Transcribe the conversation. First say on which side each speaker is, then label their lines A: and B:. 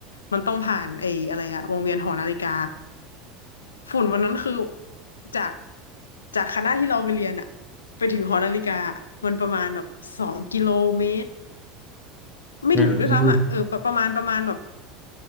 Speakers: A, on the left; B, on the left.
A: มันต้องผ่านไอ้อะไรอ่ะวงเวียนหอนาฬิกาฝุ่นวันนั้นคือจากจากคณะที่เราไปเรียนอ่ะไปถึงหอนาฬิกาอะมันประมาณแบบสองกิโลเมตรไม่ถึงด้วยซ้ำอ่ะเออประประมาณประมาณแบบ
B: อืม